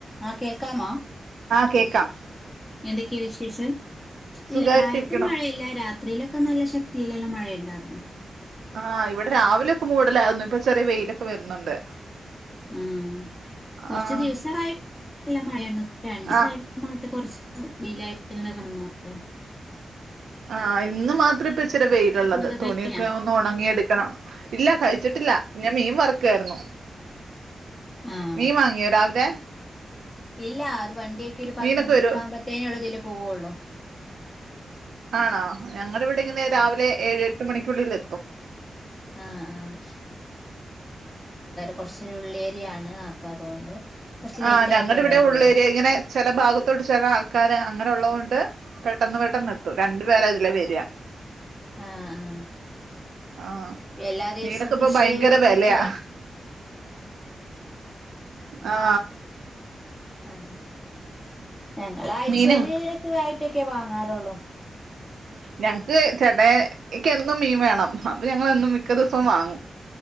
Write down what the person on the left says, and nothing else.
ആഹ് കേൾക്കാമോ
എന്തെക്കെ വിശേ ത്തിലെല്ലാ
മഴണ്ടെർന്നു
ഉം... കുറച്ചു
ദിവസായിട്ട് ല്ല മഴെർന്നു രണ്ടീസായിട്ട്
മാറ്റ കോർച്ചിൽ വെയിലായിട്ട് ഇങ്ങനെ <unintelligible>
ഫുഡൊക്കെ
കഴിഞ്ഞാ?
ആഹ്
ഇല്ല അത് വണ്ടിയൊക്കെ ഒരു പത്ത്
മണിക്ക
ആകുമ്പത്തനെള്ളു ഇതിൽ പോവള്ളൂ
ആഹ് ആഹ് കൊറച്ചൊരു ഉള്ളേരിയാണ് അപ്പം അതുകൊണ്ട് കുറച്ച് ലേറ്റ്
ആയിട്ടേ
വരുള്ളൂ
ആ ആ
എല്ലാ ദിവസവും
ഫിഷ്
<unintelligible>
ആ ഞങ്ങളാഴ്ചയില്ക്കെ
<unintelligible> ഇത്രയൊക്കെ വാങ്ങാറുള്ളൂ.